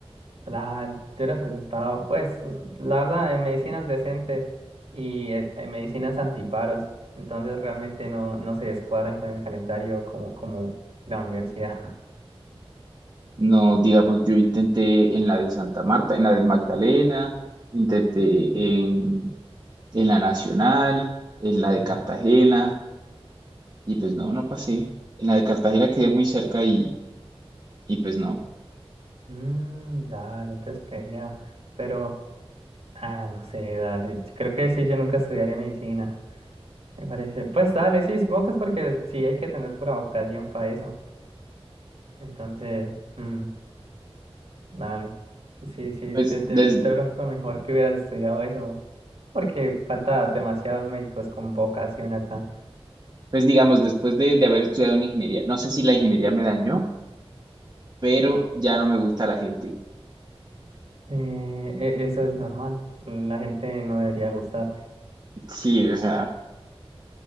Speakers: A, on the right; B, on the right.
A: La, yo la he presentado, pues, la verdad, en medicina es decente y eh, en medicinas antiparos, entonces realmente no, no se descuadran con el calendario como, como la universidad.
B: No, digamos, yo intenté en la de Santa Marta, en la de Magdalena, intenté en, en la Nacional, en
A: <laughs>
B: la de
A: Ujú.
B: Cartagena, y pues no, no pasé. En la de Cartagena quedé muy cerca y, y pues no.
A: Mm, dale, entonces peleado, pero, ah, no sé, dale, yo creo que sí, yo nunca estudiaré medicina, me parece. Pues dale, sí, supongo que es porque sí hay que tener pura vocación para eso, entonces, mm. Dale. Sí, sí,
B: Pues,
A: de, de-
B: desde,
A: de pronto mejor que hubieras estudiado eso, porque falta demasiados médicos con vocación acá.
B: pues digamos, después de, de haber estudiado una ingeniería, no sé si la ingeniería me dañó, pero ya no me gusta la gente.
A: Eh, e- eso es normal, la gente no debería gustarte.
B: Sí, o sea,